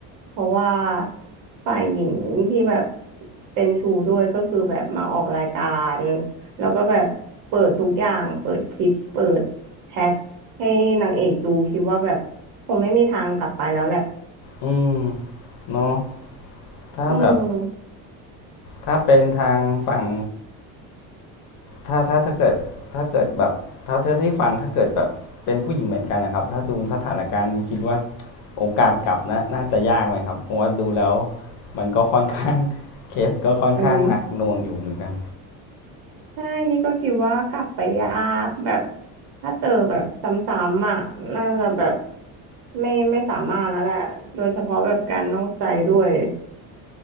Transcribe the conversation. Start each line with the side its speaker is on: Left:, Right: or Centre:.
Right: เพราะว่าฝ่ายหญิงที่แบบเป็นชู้ด้วยก็คือแบบมาออกรายการแล้วก็แบบเปิดทุกอย่างเปิดคลิปเปิดแชทให้นางเอกดูคิดว่าแบบคงไม่มีทางกลับไปแล้วแหละ
Left: อืมเนาะถ้าแบบ
Right: อืม
Left: ถ้าเป็นทางฝั่ง ถ้าถ้าถ้าเกิดถ้าเกิดแบบเท่าเธอที่ฟังถ้าเกิดแบบเป็นผู้หญิงเหมือนกันนะครับถ้าดูสถานการณ์คิดว่าโอกาสกลับนะน่าจะยากไหมครับเพราะว่าดูแล้วมันก็ค่อนข้างเคสก็ค่อนข้างหนักหน่วงอยู่เหมือนกัน
Right: อืมใช่นี่ก็คิดว่ากลับไปยากแบบถ้าเจอแบบซ้ำๆอ่ะน่าจะแบบไม่ไม่สามารถแล้วแหละโดยเฉพาะแบบการนอกใจด้วย